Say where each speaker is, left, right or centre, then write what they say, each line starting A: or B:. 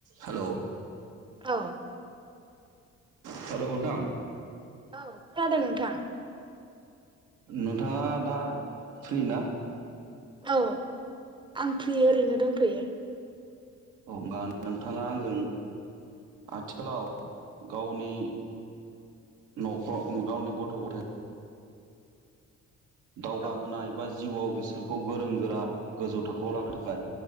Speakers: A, on the right (about 85°); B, on the right (about 15°).
A: हेलौ
B: औ
A: हेलौ नोंथां
B: औ खोनादों नोंथां।
A: नोंथाङा दा फ्रि ना?
B: औ आं फ्रि ओरैनो दंथ'यो।
A: हमबा नोंथाङा आंजों आथिखालाव गावनि नखर गावनि गथ' गथाय दावगा
B: औ
A: होनाय एबा जिवाव बिसोरखौ गोरों गोरा गोजौ थाखोआव लानो थाखाय